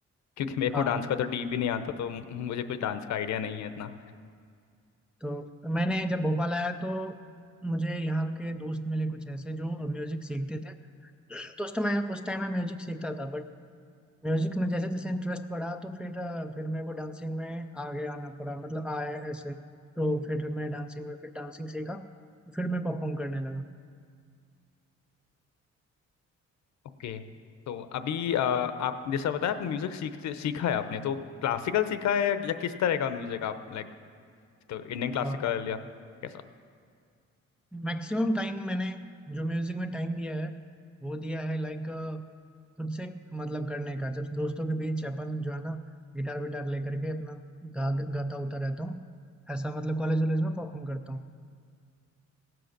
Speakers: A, on the left (about 70°); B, in the centre.
A: क्योंकि मेरे को
B: आ,
A: डांस का तो डी भी नहीं आता तो मु- मुझे कुछ डांस का आइडिया नहीं है इतना
B: तो मैंने जब भोपाल आया तो मुझे यहाँ के दोस्त मिले कुछ ऐसे जो म्यूजिक सीखते थे तो उस टाइम उस टाइम मैं म्यूजिक सीखता था म्यूजिक में जैसे जैसे इंटरेस्ट बढ़ा तो फिर अ, फिर मेरे को डांसिंग में आगे आना पड़ा मतलब आया ऐसे तो फिर मैं डांसिंग में फिर डांसिंग सीखा फिर मैं परफॉर्म करने लगा
A: ओके तो अभी अ, आप जैसा बताया आप म्यूजिक सीखते सीखा है आपने तो क्लासिकल सीखा है या, या किस तरह का म्यूजिक आप लाइक तो इंडियन क्लासिकल
B: और
A: या कैसा?
B: मैक्सिमम टाइम मैंने जो म्यूजिक में टाइम दिया है वो दिया है लाइक खुद से मतलब करने का जब दोस्तों के बीच अपन जो है ना गिटार विटार लेकर के अपना गा गाता उता रहता हूँ ऐसा मतलब कॉलेज वॉलेज में परफॉर्म करता हूँ